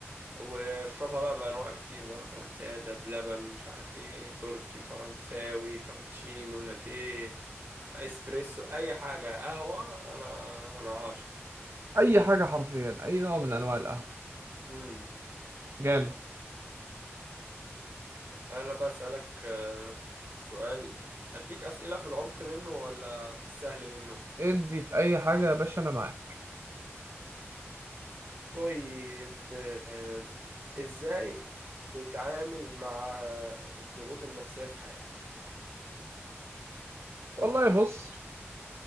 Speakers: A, on the right; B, on the right.
A: واشربها بقى بانواع كتير بقى فاهم سادة بلبن مش عارف ايه تركي فرنساوي كابتشينو لاتيه اسبريسو اي حاجه قهوه انا انا عاشق
B: اي حاجه حرفيا اي نوع من انواع القهوه
A: امم
B: جامد
A: انا بسالك آه، سؤال اديك اسئله في العمق منه ولا في السهل منه
B: ادي في اي حاجه يا باشا انا معاك
A: طيب آه، ازاي تتعامل مع الضغوط النفسيه في حياتك
B: والله بص